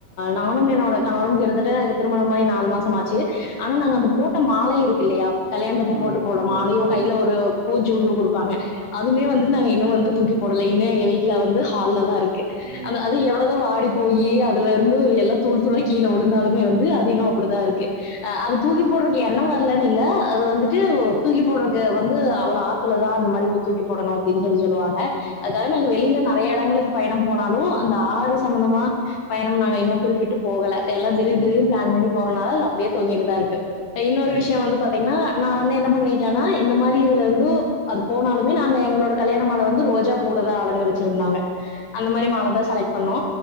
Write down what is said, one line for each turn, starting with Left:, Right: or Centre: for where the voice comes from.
Left: நானும் என்னோட கணவரும் கிட்டத்தட்ட இது திருமணம் ஆயி நாலு மாசம் ஆச்சு ஆனா நாங்க அந்த போட்ட மாலை இருக் ல்லேயா கல்யாண் தப்ப
Right: ம்
Left: போட்டு போல
Right: ம்
Left: மாலையு
Right: ம் ம்
Left: கைல ஒரு ஒ பூச்சுண்டு குடுப்பாங்க அதுமே வந்துந் நாங்க இன்னோ வந்து தூக்கி போடலை இங்கே எங்க வீட்ல வந்து ஹால்லதா
Right: ம்
Left: அந்த அது எவ்ளோதா வாடி போயி அதுல இருந்து எல்லா தூள் தூளாய் கீழ உழுந்தாலுமே வந்து அது இனோ அப்புடுதா இருக்கே ஆ அது தூக்கி போட்றக் எண்ணோ வர்லன்னு இல்ல அது வந்துட்டு ஓ தூக்கி போட்றக்கே வந்து அவுர ஆத்துலதான் இந்த மாரி ஒ தூக்கி போடணோ அப்டின்னு சொல்லி சொல்லுவாங்க அதுகாக நாங்க வெளில நறைய இடங்களுக் பயணம் போனாலு அந்த ஆறு சம்பந்தமா பயணம் நாங்க இன்னோ குறிப்பிட்டு போகல எல்லா திடீர்
Right: ம்
Left: திடீர்னு
Right: ம் ம்
Left: பிளான் பண்ணி போறனால லா அப்டே தொங்கிட்டுதா இருக்கு ன்னோரு
Right: ம் ம் ம் ம் ம்
Left: விஷ்யம் வந்து பாத்தீங்னா நா வந்து என்ன பண்ணிட்டேனா இந்த மாரி இதுல இர்ந்தூ அது போனாலுமே நாங்க எங்களோட கல்யாண மால வந்து ரோஜா பூலதா அலங்கரிச்சிருந்தாங்க அந்த மாரி மால தா செலகட் பண்ணுவோ